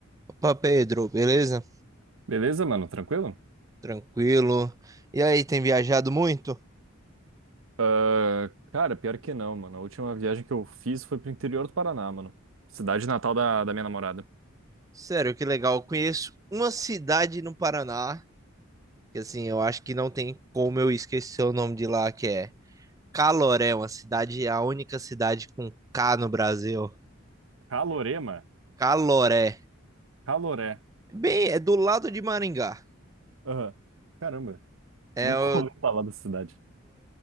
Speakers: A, on the right; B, on the right.
A: Opa, Pedro, beleza?
B: Beleza, mano? Tranquilo?
A: Tranquilo. E aí, tem viajado muito?
B: Ah, cara, pior que não, mano. A última viagem que eu fiz foi pro interior do Paraná, mano. Cidade natal da, da minha namorada.
A: Sério, que legal. Eu conheço uma cidade no Paraná, que assim, eu acho que não tem como eu esquecer o nome de lá, que é Caloré, uma cidade, a única cidade com K no Brasil.
B: Calorema?
A: Caloré.
B: Caloré.
A: Bem, é do lado de Maringá.
B: Aham. Caramba,
A: É,
B: nunca
A: eu
B: ouvi <laughs> falar dessa cidade.